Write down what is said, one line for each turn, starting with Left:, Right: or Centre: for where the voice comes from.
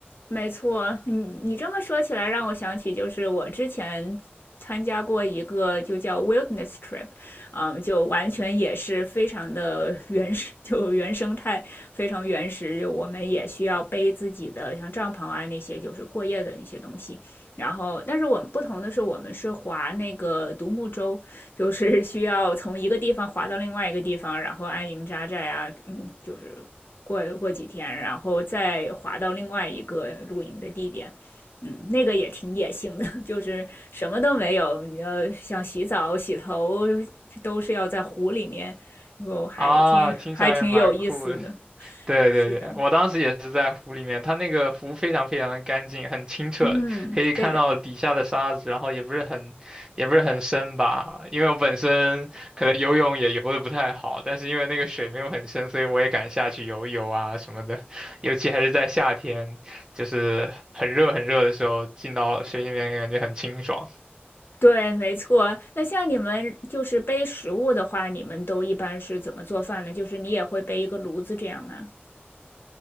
Left: 没错，你你这么说起来，让我想起就是我之前参加过一个就叫 wilderness trip，嗯，就完全也是非常的 <laughs> 原始，就原生态，非常原始。就我们也需要背自己的像帐篷啊那些，就是过夜的一些东西。然后，但是我们不同的是，我们是划那个独木舟，就是需要从一个地方划到另外一个地方，然后安营扎寨啊，嗯，就是过过几天，然后再滑到另外一个露营的地点。嗯，那个也挺野性的，<laughs> 就是什么都没有，你要想洗澡、洗头，都是要在湖里面，我还挺还挺有意思的。
Right: 啊。听起来也蛮酷的。对对对，
Left: 是的，
Right: 我当时也是在湖里面，它那个湖非常非常的干净，很清澈，
Left: 嗯，
Right: 可以看到底下的沙子，
Left: 对的，
Right: 然后也不是很，也不是很深吧，因为我本身可能游泳也游的不太好，但是因为那个水没有很深，所以我也敢下去游一游啊什么的，尤其还是在夏天，就是很热很热的时候，进到水里面感觉很清爽。
Left: 对，没错。那像你们就是背食物的话，你们都一般是怎么做饭呢？就是你也会背一个炉子这样吗？